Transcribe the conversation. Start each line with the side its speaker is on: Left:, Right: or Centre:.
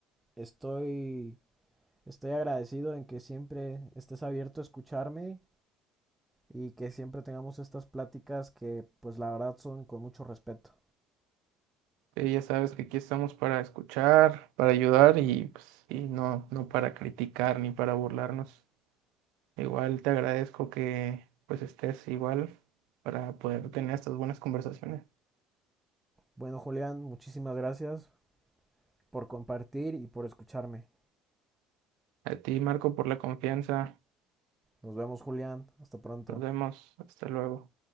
Centre: estoy estoy agradecido en que siempre estés abierto a escucharme y que siempre tengamos estas pláticas que pues la verdad son con mucho respeto.
Right: Sí, ya sabes que aquí estamos para escuchar, para ayudar y, pues, y no, no para criticar ni para burlarnos. Igual te agradezco que pues estés igual para poder tener estas buenas conversaciones.
Centre: Bueno Julián, muchísimas gracias por compartir y por escucharme.
Right: A ti, Marco, por la confianza.
Centre: Nos vemos Julián, hasta pronto.
Right: Nos vemos. Hasta luego.